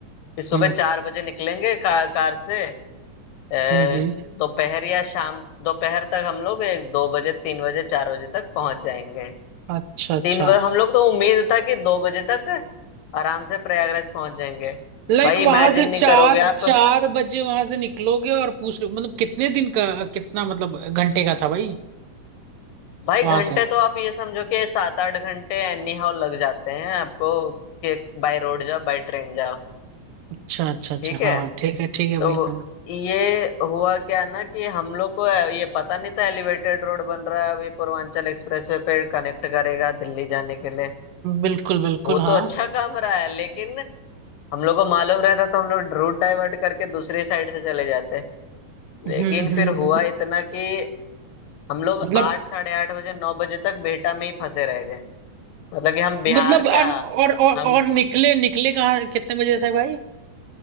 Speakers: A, on the left; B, on the right.
A: कि सुबह
B: हम्म
A: चार बजे निकलेंगे का, कार से अ,
B: हम्म हम्म,
A: दोपहर या शाम दोपहर तक हम लोग एक दो बजे तीन बजे चार बजे तक पहुंच जाएंगे
B: अच्छा अच्छा
A: तीन बजे हम लोग तो उम्मीद था कि दो बजे तक आराम से प्रयागराज पहुंच जाएंगे
B: लाइक
A: भाई इमेजिन
B: वहां से
A: नहीं
B: चार
A: करोगे आप
B: चार बजे वहां से निकलोगे और पूछ लो मतलब कितने दिन का कितना मतलब घंटे का था भाई
A: भाई
B: वहां
A: घंटे
B: से
A: तो आप ये समझो कि सात आठ घंटे एनी हाउ लग जाते हैं आपको कि बाय रोड जाओ बाय ट्रेन जाओ
B: अच्छा अच्छा अच्छा
A: ठीक है
B: हाँ ठीक है ठीक है भाई
A: तो
B: हाँ
A: ये हुआ क्या ना कि हम लोग को ये पता नहीं था एलिवेटेड रोड बन रहा है अब ये पूर्वांचल एक्सप्रेसवे पे कनेक्ट करेगा दिल्ली जाने के लिए
B: बिल्कुल बिल्कुल
A: वो तो
B: हाँ
A: अच्छा काम रहा है लेकिन हम लोग को मालूम रहता तो हम लोग रूट डाइवर्ट करके दूसरी साइड से चले जाते
B: हम्म
A: लेकिन
B: हम्म
A: फिर हुआ
B: हम्म।
A: इतना कि हम लोग
B: मतलब
A: आठ साढ़े आठ बजे नौ बजे तक बेहटा में ही फंसे रह गए मतलब कि हम बिहार
B: मतलब अन-
A: क्या
B: और और
A: हम
B: और निकले निकले कहाँ कितने बजे थे भाई